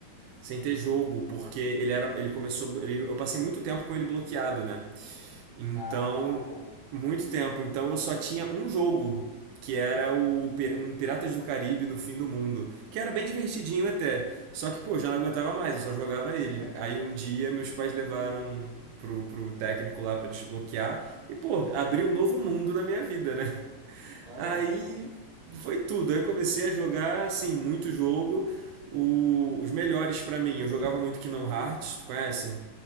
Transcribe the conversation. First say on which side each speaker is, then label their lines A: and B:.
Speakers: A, on the right; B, on the right.
A: sem ter jogo, porque ele era, ele começou, ele- eu passei muito tempo com ele bloqueado, né? Então,
B: Ah.
A: muito tempo. Então eu só tinha um jogo, que era o Pir- um Piratas do Caribe no Fim do Mundo, que era bem divertidinho até. Só que, pô, já não aguentava mais, eu só jogava ele.
B: <laughs>
A: Aí um dia meus pais levaram pro, pro técnico lá pra desbloquear e, pô, abriu um novo mundo na minha vida, né?
B: Ah,
A: Aí foi tudo. Aí eu comecei a jogar, assim, muito jogo. O- os melhores pra mim, eu jogava muito Kingdom Hearts, tu conhece?